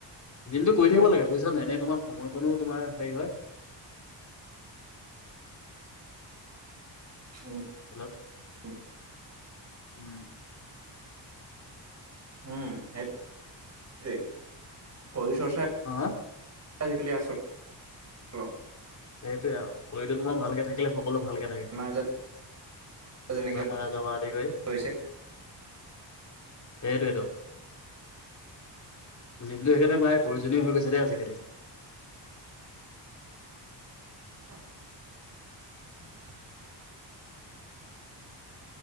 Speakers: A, on the left; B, on the right.
A: জিমটো
B: আহিবা
A: কৰি থাকিব লাগে বুজিছা নে নাই এনেই তোমাৰ সময়কণ তোমাৰ হেৰি হয়।
B: <unintelligible>
A: হেল্ল' উম।
B: উম, <unintelligible> শৰীৰৰ চৰ্চা
A: অ হা,
B: আজিকালি আচল ল
A: সেইটোৱে আৰু। শৰীৰটো তোমাৰ ভালকে থাকিলে সকলো ভালকে থাকে।
B: বেমাৰ আজাৰ যেনেকে
A: বেমাৰ আজাৰ হোৱাৰ আদি কৰি।
B: হৈছে
A: সেইটোৱেইটো। জিমটো সেইকাৰণে প্ৰায় প্ৰয়োজনীয় হৈ গৈছে দেই আজিকালি।
B: <unintelligible>